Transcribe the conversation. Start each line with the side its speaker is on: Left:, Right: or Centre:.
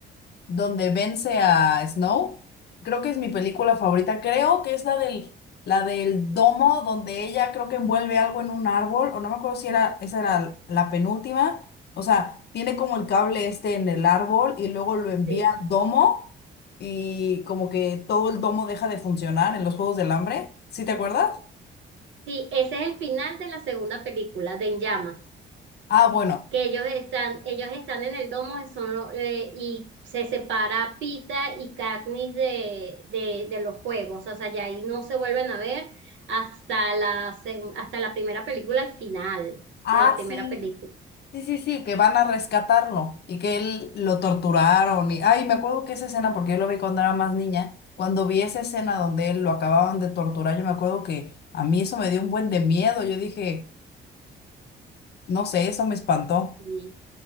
Left: donde vence a Snow. Creo que es mi película favorita. Creo que es la del, la del domo, donde ella creo que envuelve algo en un árbol, o no me acuerdo si era, esa era la penúltima. O sea, tiene como el cable este en el árbol y luego lo envía
Right: Sí,
Left: al domo y como que todo el domo deja de funcionar en los Juegos del Hambre. ¿Sí te acuerdas?
Right: sí, ese es el final de la segunda película, de En Llamas,
Left: Ah, bueno.
Right: que ellos están, ellos están en el domo son lo- eh, y se separa Pita y Katniss de, de, de los juegos, o sea, ya ahí no se vuelven a ver hasta la, seg- hasta la primera película, al final
Left: Ah,
Right: de la primera
Left: sí.
Right: película.
Left: Sí, sí, sí, que van a rescatarlo y que él lo torturaron. Y, ay, me acuerdo que esa escena, porque yo lo vi cuando era más niña, cuando vi esa escena donde él lo acababan de torturar, yo me acuerdo que a mí eso me dio un buen de miedo. Yo dije, no sé, eso me espantó.
Right: Sí.